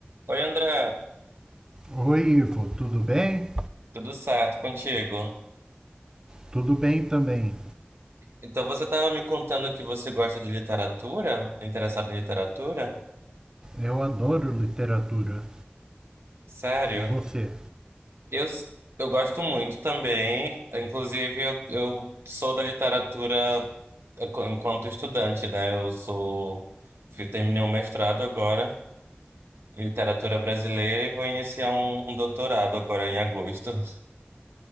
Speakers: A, on the right; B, on the right.
A: Oi, André,
B: Oi, Ivo, tudo bem?
A: tudo certo contigo?
B: Tudo bem também.
A: Então você estava me contando que você gosta de literatura, interessado em literatura?
B: Eu adoro literatura.
A: Sério?
B: E você?
A: Eu, s- eu gosto muito também, inclusive eu, eu sou da literatura enqu- enquanto estudante, né? Eu sou, fui- terminei um mestrado agora em literatura brasileira e vou iniciar um, um doutorado agora em agosto. <laughs>